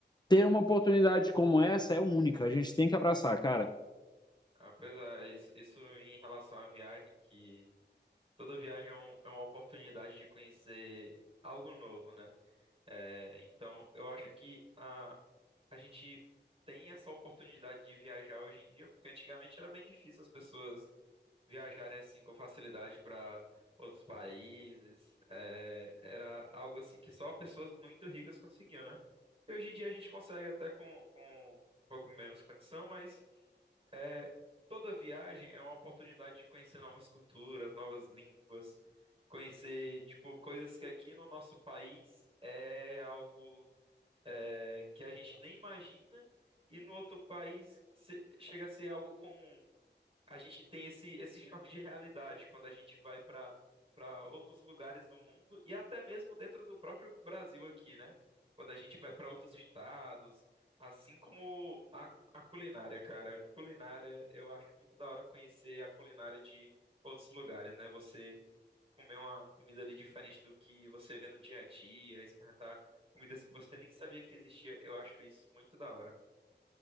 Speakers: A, on the left; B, on the right.
A: ter uma oportunidade como essa é única. A gente tem que abraçar, cara.
B: Apesar, isso, isso em relação à viagem, que toda viagem é, um- é uma oportunidade de conhecer algo novo, né? É, então, eu acho que a, a gente tem essa oportunidade de viajar hoje em dia, porque antigamente era bem difícil as pessoas viajarem assim com facilidade para outros países. É, era algo assim que só pessoas muito ricas conseguiam, né? E hoje em dia a gente consegue até com, com um pouco menos condição, mas. É, toda viagem é uma oportunidade de conhecer novas culturas, novas línguas, conhecer, tipo, coisas que aqui no nosso país é algo é, que a gente nem imagina e no outro país se- chega a ser algo comum a gente tem esse, esse choque de realidade quando a gente vai para para outros lugares do mundo e até mesmo dentro do próprio Brasil aqui, né? Quando a gente vai para outros estados, assim como a, a culinária, cara. Culinária, eu acho muito da hora conhecer a culinária de outros lugares, né? Você comer uma comida ali diferente do que você vê no dia a dia, experimentar comidas que você nem sabia que existia, eu acho isso muito da hora.